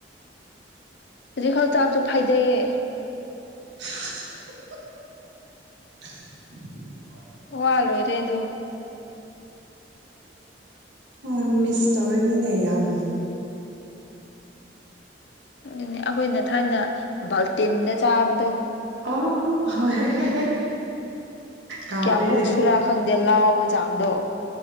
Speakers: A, on the left (about 75°); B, on the right (about 80°).
A: ꯈꯖꯤꯛꯈꯛ ꯆꯥꯕꯁꯨ ꯐꯥꯏꯗꯩꯌꯦ꯫
B: <unintelligible>
A: ꯋꯥ ꯂꯣꯏꯔꯦ ꯑꯗꯨ꯫
B: ꯑꯥ ꯃꯤꯁ ꯇꯧꯔꯅꯤꯅꯦ ꯌꯥꯝ꯫
A: ꯑꯗꯨꯅꯦ ꯑꯈꯣꯏꯅ ꯊꯥꯏꯅ ꯕꯥꯜꯇꯤꯟꯗ ꯆꯥꯕꯗꯣ꯫
B: ꯑꯣ <unintelligible> ꯀꯥꯎꯗꯦ
A: ꯀꯌꯥꯃꯨꯛ ꯁꯨꯔꯥ ꯈꯪꯗꯦ ꯂꯥꯎꯕ ꯆꯥꯡꯗꯣ꯫